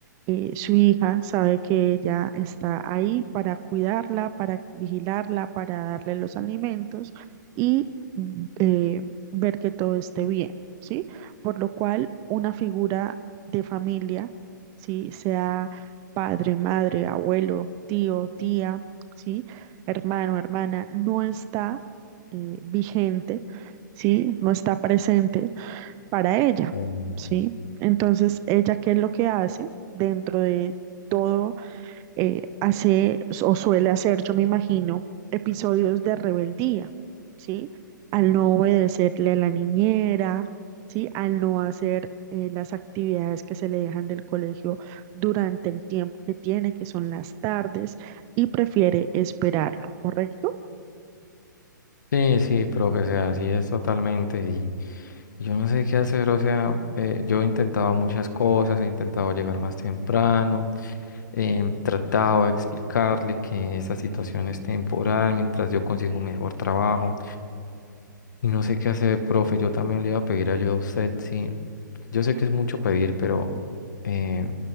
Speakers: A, on the right; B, on the left.
A: eh, su hija sabe que ella está ahí para cuidarla, para vigilarla, para darle los alimentos y mm, eh, ver que todo esté bien, ¿sí? Por lo cual, una figura de familia, ¿sí? Sea padre, madre, abuelo, tío, tía, ¿sí? Hermano, hermana, no está eh, vigente, ¿sí? No está presente para ella,
B: Entiendo.
A: ¿sí? Entonces, ella, ¿qué es lo que hace dentro de todo? eh, hace o suele hacer, yo me imagino, episodios de rebeldía, ¿sí? Al no obedecerle a la niñera, ¿sí? Al no hacer eh, las actividades que se le dejan del colegio durante el tiempo que tiene, que son las tardes, y prefiere esperarlo, ¿correcto?
B: Sí, sí, profe, o sea, así es totalmente. Y yo no sé qué hacer, o sea, eh, yo he intentado muchas cosas, he intentado llegar más temprano, he tratado de explicarle que esa situación es temporal mientras yo consigo un mejor trabajo. Y no sé qué hacer, profe. Yo también le iba a pedir ayuda a usted. Sí, yo sé que es mucho pedir, pero eh,